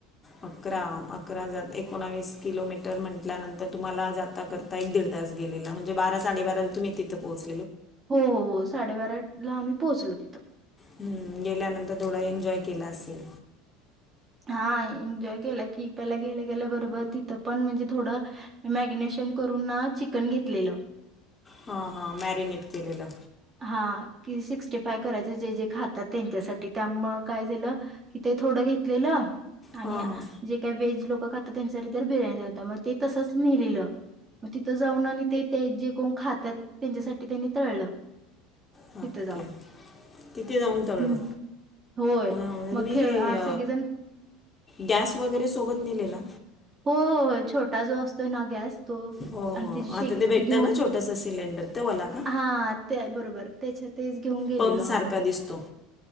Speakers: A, on the left; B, on the right.
A: अकरा अकरा एकोणावीस किलोमीटर म्हंटल्यानंतर तुम्हाला जाता करता एक दीड तास गेलेला म्हणजे बारा साडेबाराला तुम्ही तिथे पोच
B: हो ही हो साडेबारा ला आम्ही पोहोचलो तिथं.
A: हम्म गेल्यानंतर थोडा एन्जॉय केला असेल.
B: हा एन्जॉय केलं की पहिल्या गेल्या गेल्या बरोबर तिथं पण म्हणजे थोडं मॅगनेशन करून ना चिकन घेतलेलं
A: हा हा मॅरिनेट केलेलं.
B: हा कि सिक्स्टी फाय करायच जे जे खातात त्यांच्यासाठी त्यामुळ काय झालं की ते थोडं घेतलेलं आणि
A: हां हां
B: जे काय वेज लोक क खातात त्यांसाठी तर बिर्याणी होता मग ते तसंच नेलेलं. मग तिथं जाऊन आणि ते ते जे कोण खातात त्यांच्यासाठी त्यांनी तळलं.
A: हा
B: तिथं
A: ओके
B: जाऊन.
A: तिथे जाऊन तळल
B: हं, होय.
A: तुम्ही
B: मग खेळ
A: हे
B: आ सगळेजण
A: गॅस वगैरे सोबत. नेलेला.
B: हो हो छोटा जो असतोय ना गॅस तो
A: हो
B: आणि
A: हो
B: तिची शेगडी
A: आता ते भेटतं
B: ती घेऊन
A: ना छोटंसं सिलेंडर ते वाला का
B: हा त्या बरोबर. त्याच्यात तेच घेऊन गेलेलो
A: पंप
B: आम्ही
A: सारखा दिसतो